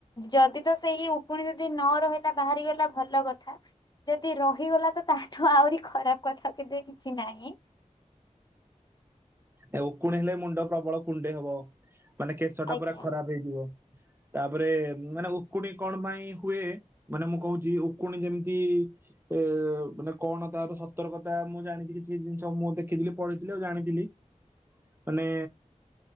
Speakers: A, on the left; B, on the right.
A: ଯଦି ତ ସେଇ ଉକୁଣି ଯଦି ନ ହୁଏ ତ ବାହାରି ଗଲା ଭଲ କଥା। ଯଦି ରହିଗଲା ତ, ତା ଠୁ ଆହୁରି ଖରାପ କଥା ବୋଧେ କିଛି ନାହିଁ।
B: ଆଉ ଉକୁଣୀ ହେଲେ ମୁଣ୍ଡ ପ୍ରବଳ କୁଣ୍ଡେଇ ହବ। ମାନେ କେଶଟା
A: ଆଜ୍ଞା
B: ପୁରା ଖରାପ ହେଇଯିବ। ତାପରେ ମାନେ ଉକୁଣୀ କଣ ପାଇଁ ହୁଏ, ମାନେ ମୁଁ କହୁଛି ଉକୁଣି କେମିତି ଏ ମାନେ କଣ ତାର ସତର୍କତା, ମୁଁ ଜାଣିଛି କିଛି ଜିନିଷ ମୁଁ ଦେଖିଥିଲି ପଢିଥି ଲି ଜାଣିଥିଲି ମାନେ